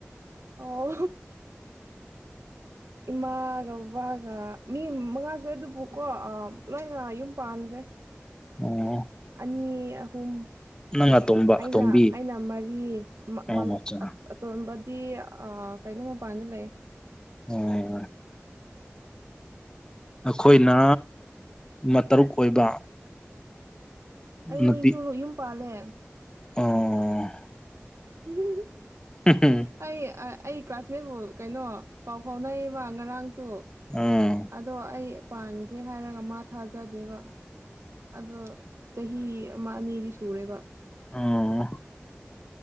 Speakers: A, on the right (about 85°); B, on the left (about 15°).
A: ꯑꯣ ꯑꯣ ꯏꯃꯥꯒ ꯕꯕꯥꯒ ꯃꯤ ꯃꯉꯥ ꯁꯨꯏꯌ‌ꯦ ꯑꯗꯨꯕꯨꯀꯣ ꯂꯣꯏꯅ ꯌꯨꯝ ꯄꯥꯟꯈ꯭ꯔꯦ
B: ꯑꯣ
A: ꯑꯅꯤ ꯑꯍꯨꯝ
B: ꯅꯪ ꯑꯇꯣꯝꯕ
A: ꯑꯩꯅ
B: ꯑꯇꯣꯝꯕꯤ
A: ꯑꯩꯅ ꯃꯔꯤ
B: ꯑꯣ
A: ꯃꯥ
B: ꯑꯆꯥ
A: ꯑꯇꯣꯝꯕꯗꯤ ꯀꯩꯅꯣ ꯃꯄꯥꯟꯗ ꯂꯩꯌ‌ꯦ
B: ꯑꯣ ꯑꯩꯈꯣꯏꯅ ꯃ ꯇꯔꯨꯛ ꯑꯣꯏꯕ
A: ꯑꯩꯁꯨ
B: ꯅꯨꯄꯤ
A: ꯃꯌꯨꯝ ꯄꯥꯜꯂꯦ
B: ꯑꯣ
A: <unintelligible>
B: <unintelligible>
A: ꯑꯩ ꯑꯩ ꯀ꯭ꯂꯥꯁꯃꯦꯠꯕꯨ ꯀꯩꯅꯣ ꯄꯥꯎ ꯐꯥꯎꯅꯩꯌꯦꯕ ꯉꯔꯥꯡꯁꯨ
B: ꯎꯝ
A: ꯑꯗꯣ ꯑꯩ ꯄꯥꯟꯈ꯭ꯔꯦ ꯍꯥꯏꯔꯒ ꯃꯥ ꯊꯥꯖꯗꯦꯕ ꯑꯗꯣ ꯆꯍꯤ ꯑꯃ ꯑꯅꯤꯗꯤ ꯁꯨꯔꯦꯕ
B: ꯑꯣ